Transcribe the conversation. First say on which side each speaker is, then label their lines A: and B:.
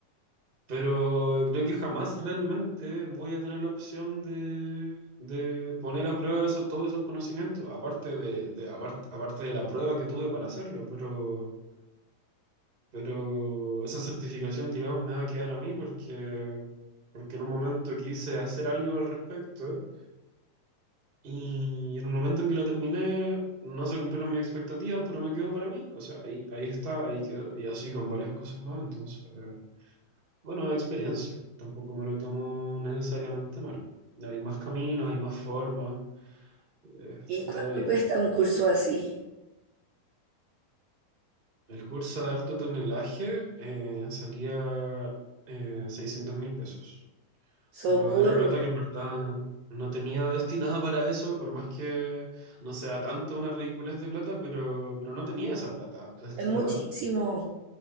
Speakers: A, on the right; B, on the right.
A: pero creo que jamás realmente voy a tener la opción de, de poner a prueba eso, todos esos conocimientos, aparte de, de- apar- aparte de la prueba que tuve para hacerlo, pero, pero esa certificación, digamos, me va a quedar a mí porque, porque en un momento quise hacer algo al respecto y en un momento en que la terminé no se cumplieron mis expectativas, pero me quedó para mí, o sea, ahí, ahí está, ahí quedó, y así con varias cosas más, entonces... eh, bueno, experiencia. Tampoco me lo tomo necesariamente mal. Hay más caminos, hay más formas. eh, está
B: ¿Y cuánto
A: todo bien.
B: cuesta un curso así?
A: El curso de alto tonelaje eh, salía eh, 600 mil pesos.
B: Socorro.
A: Pero era plata que en verdad no tenía destinada para eso, por más que no sea tanta una ridiculez de plata, pero, pero no tenía esa plata destinada.
B: Es muchísimo.